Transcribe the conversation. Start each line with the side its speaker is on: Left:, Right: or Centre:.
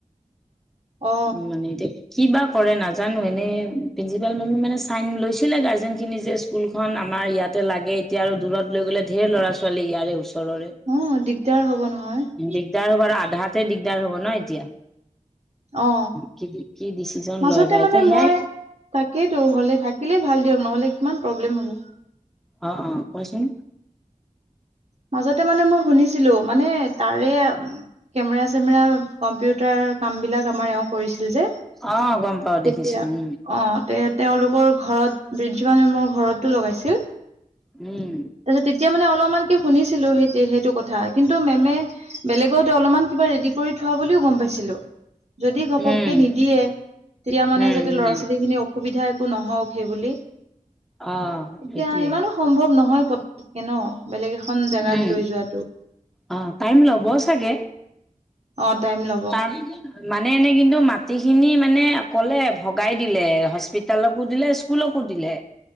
Right: অ
Centre: উম মানে এতিয়া কি বা কৰে নাজানোঁ। এনে প্ৰিন্সিপাল মেমে মানে চাইন লৈছিলে গাৰ্জেন খিনি যে কুলখন আমাৰ ইয়াতে লাগে, এতিয়া আৰু দূৰত লৈ গ'লে ঢেৰ ল'ৰা-ছোৱালী ইয়াৰে ওচৰৰে
Right: অ', দিগদাৰ হ'ব নহয়।
Centre: দিগদাৰ হ'ব, আৰু আধাতে দিগদাৰ হ'ব ন এতিয়া।
Right: অ
Centre: কি, কি ডিচিজন
Right: মাজতে
Centre: লয় বা
Right: মানে
Centre: এতিয়া, সেয়াই
Right: মই তাকেইতো, হ'লে থাকিলেই ভাল দিয়ক, নহ'লে কিমান প্ৰব্লেম হ'ব।
Centre: অ', অ', কোৱাচোন।
Right: মাজতে মানে মই শুনিছিলো, মানে তাৰে আ কেমেৰা-চেমেৰা, কম্পিউটাৰ কামবিলাক আমাৰ এওঁ কৰিছিল যে।
Centre: অ গম পাও দেখিছো
Right: তেতিয়া,
Centre: উম
Right: অ'। তে তেওঁলোকৰ ঘৰত <unintelligible> মেমৰ ঘৰতো লগাইছিল।
Centre: উম।
Right: তাৰপিছত তেতিয়া মানে অলমানকে শুনিছিলো সেইটে সেইটো কথা, কিন্তু মেমে বেলেগত অলমান কিবা ৰেডি কৰি থোৱা বুলিও গম পাইছিলো। যদি ঘপককে
Centre: উম
Right: নিদিয়ে, তেতিয়া মানে
Centre: উম
Right: যাতে ল'ৰা-
Centre: উম
Right: ছোৱালীখিনি অ' অসুবিধা একো নহওঁক, সেই বুলি।
Centre: অ
Right: এতিয়া
Centre: সেইটোৱে
Right: ইমানো সম্ভৱ নহয়, পতককে ন। বেলেগ এখন জেগাত
Centre: উম
Right: লৈ যোৱাতো।
Centre: অ টাইম ল'ব চাগে
Right: অ', টাইম ল
Centre: তাৰ মানে এনে কিন্তু মাটিখিনি মানে ক'লে, ভগাই দিলে। হস্পি তেলকো দিলে, স্কুলকো দিলে।